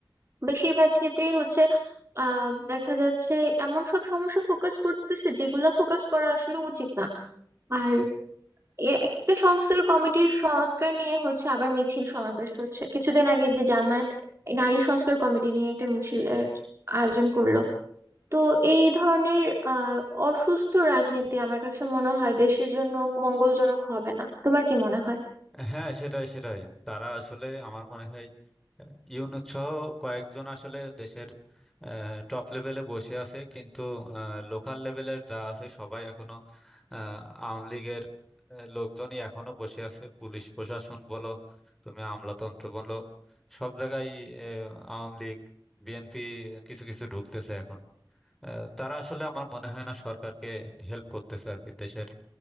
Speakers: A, on the right; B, in the centre.
A: বেশিরভাগ ক্ষেত্রেই হচ্ছে আহ দেখা যাচ্ছে এমন সব সমস্যা ফোকাস করতেছে যেগুলা ফোকাস করা আসলে উচিত না আর এ- এক একটা সংস্কার কমিটির সংস্কার নিয়ে হচ্ছে আবার মিছিল সমাবেশ হচ্ছে কিছুদিন আগে যে জামায়াত নারী সংস্কার কমিটি নিয়ে একটা মিছিলের আয়োজন করলো তো এই ধরনের আহ অসুস্থ রাজনীতি আমার কাছে মনে হয় দেশের জন্য মঙ্গলজনক হবে না তোমার কি মনে হয়
B: হ্যাঁ সেটাই সেটাই তারা আসলে আমার মনে হয় ইউনূস সহ কয়েকজন আসলে দেশের টপ লেভেলে বসে আছে কিন্তু লোকাল লেভেলের যা আছে সবাই এখনো আহ, আওয়ামী লীগের আহ, লোকজনই এখনো বসে আছে পুলিশ প্রশাসন বলো তুমি আমলাতন্ত্র বলো সব জায়গায় আওয়ামী লীগ বিএনপি কিছু কিছু ঢুকতেছে এখন আহ, তারা আসলে আমার মনে হয় না সরকারকে হেল্প করতেছে আর কি দেশের